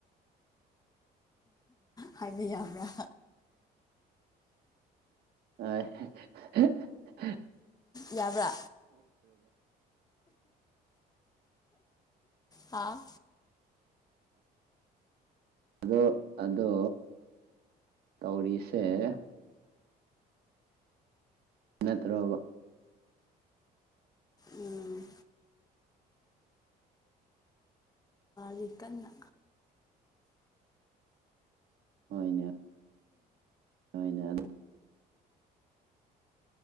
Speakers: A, on the left (about 20°); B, on the right (about 70°).
A: ꯍꯥꯏꯕ ꯌꯥꯕ꯭ꯔꯥ
B: ꯑ
A: ꯌꯥꯕ꯭ꯔꯥ ꯍꯥꯥ
B: ꯑꯗꯣ ꯑꯗꯣ ꯇꯧꯔꯤꯁꯦ ꯅꯠꯇ꯭ꯔꯣꯕ
A: ꯎꯝ ꯂꯤ ꯀꯅ
B: ꯍꯣꯏꯅꯦ ꯍꯣꯏꯅꯦ ꯑꯗꯨ